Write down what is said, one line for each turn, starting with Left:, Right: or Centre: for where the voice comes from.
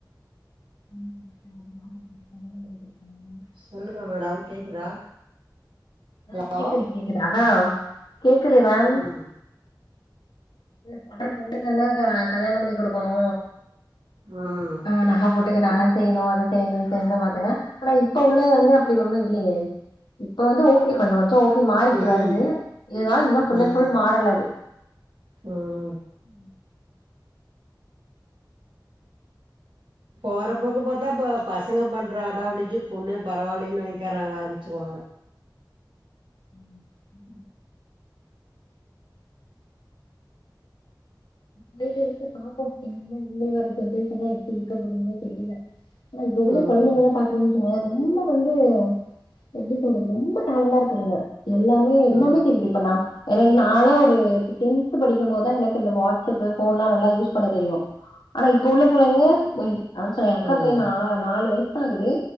Left: ம் அதுமா பொண்ண கல்யாணோ பண்ணி குடுக்கணும்னு
Right: சொல்லுங்க மேடம் கேக்குதா
Left: அதா
Right: ஹலோ
Left: கேக்குது கேக்குது அதா கேக்குது மேம்
Right: ம்
Left: இல்ல ஆனா பொண்ணுங்கன்னா கல்யாணோ பண்ணி குடுக்கணு
Right: ம்
Left: ஆ நக போட்டு நகை செய்யணு அது செய்யனு இது செய்யனுன் தா பாத்தாங்க ஆனா இப்ப உள்ள வந்து அப்டி ஒன்னு இல்லையே இப்ப வந்து ஓகே கொஞ்ச கொஞ்சோ ஓகே மாறிக்கிட்டு
Right: ம்
Left: வருது இருந்தாலு இன்னு ஃபுல்
Right: ம்
Left: அண்ட் ஃபுல் மாறல அது
Right: ம்
Left: ம்
Right: போறப்போக்கு பாத்தா பசங்க பண்ற அடாவடிக்கு பொண்ணே பரவால்லைன்னு நெனைக்க ஆரம்பிச்சிருவாங்க
Left: ம் போயிட்டு இருக்கு பாப்போ என்னென்னா இனி வர்ற ஜென்ரேஷன் எல்லா எப்டி இருக்க போறங்கன்னே தெரில ஆனா இது டேய்லியு
Right: ம்
Left: கொழந்தைங்கெல்லா
Right: ம்
Left: பாத் இப்ப இருகறதுங்க ரொம்ப வந்து எப்டி சொல்றது ரொம்ப டேலண்டா இருக்குதுங்க எல்லாமே எல்லாமே
Right: ம்
Left: தெரியுது இப்ப நா எனக்கு நாலா ஒரு இப்ப டென்த் படிக்கும் போதுதா எனக்கு இந்த வா இப்ப இப்ப ஃபோன்லா நல்லா யூஸ் பண்ண தெரியு ஆனா இப்ப உள்ள பிள்ளைங்க தோ அதா சொல்ற ஏயா அக்கா
Right: ம்
Left: பையனா நாலு வயசு ஆகுது